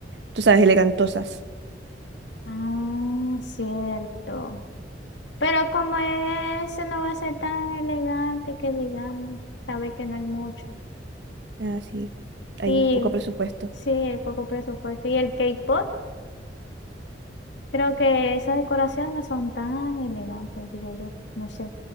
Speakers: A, on the right; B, on the left.
A: tú sabes, elegantosas.
B: Ah, cierto. Pero como ese no va a ser tan elegante que digamos, sabes que no hay mucho.
A: Así, hay
B: Y
A: poco presupuesto.
B: sí, hay poco presupuesto. Y el K-pop, creo que esas decoraciones no son tan elegantes, digo yo, no sé.